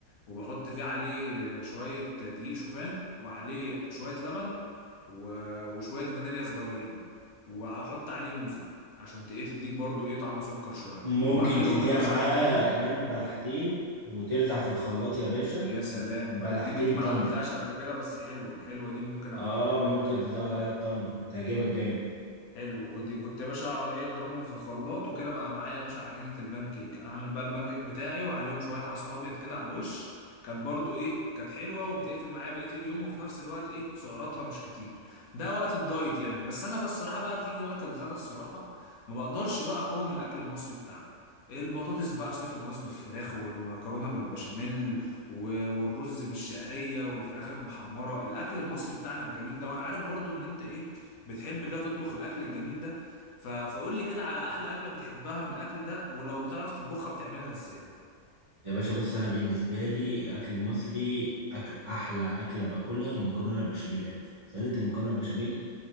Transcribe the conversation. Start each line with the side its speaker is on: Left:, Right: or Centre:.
Left: وبحط فيه عليه شوية دقيق شوفان وعليه شوية لبن و... وشوية فانيليا صغيرين وهحط عليه موزة عشان ت- ايه تديك برضو ايه طعم سكر شوية
Right: ممكن
Left: واعملهم
Right: تديها
Left: يا باشا
Right: معاه
Left: اقلبهم
Right: كمان بلحتين وترزع في الخلاط يا باشا
Left: يا سلام
Right: بلحتين
Left: ما انا دي ما دي ما
Right: تمر
Left: عملتهاش قبل كده بس حلوة حلوة دي ممكن ابقى
Right: اه
Left: اجربها
Right: ممكن تزود عليها التمر هتعجبك جامد
Left: حلو كنت كنت يا باشا اقعد ايه اضربهم في الخلاط وكده بقى معايا يا باشا عجينه البان كيك اعمل بقى البان كيك بتاعي وعليهم شويه عسل ابيض كده على الوش كانت برضو ايه كانت حلوه وبتقفل معايا بقيه اليوم وفي نفس الوقت ايه سعراتها مش كتير ده وقت الدايت يعني بس انا بس الصراحه بقى بتيجي وقت الغدا الصراحه ما بقدرش بقى اقاوم الاكل المصري بتاعنا البطاطس بقى صينيه البطاطس بالفراخ والمكرونه بالبشاميل و- والرز بالشعريه والفراخ المحمره الاكل المصري بتاعنا الجميل ده وانا عارف برضو ان انت ايه بتحب كده تطبخ الاكل الجميل ده ف... فقول لي كده على احلى اكله بتحبها من الاكل ده ولو بتعرف تطبخها بتعملها ازاي
Right: يا باشا بص انا بالنسبه لي الاكل المصري اكل احلى اكله باكلها المكرونه البشاميل يا باشا صينيه المكرونه البشاميل